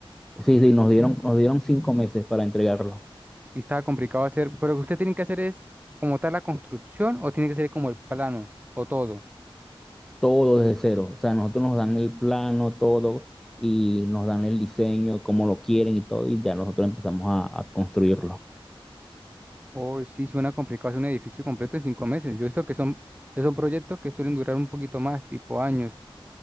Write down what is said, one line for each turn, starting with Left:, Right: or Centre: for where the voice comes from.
Centre: Sí, sí, nos dieron, nos dieron cinco meses para entregarlo.
Right: Y estaba complicado hacer, pero lo que usted tiene que hacer es como tal la construcción o tiene que ser como el plano o todo.
Centre: todo desde cero. O sea, nosotros nos dan el plano, todo, y nos dan el diseño, cómo lo quieren y todo, y ya nosotros empezamos a, a construirlo.
Right: hoy sí, suena complicado hacer un edificio completo en cinco meses. Yo he visto que son, que son proyectos que suelen durar un poquito más, tipo años.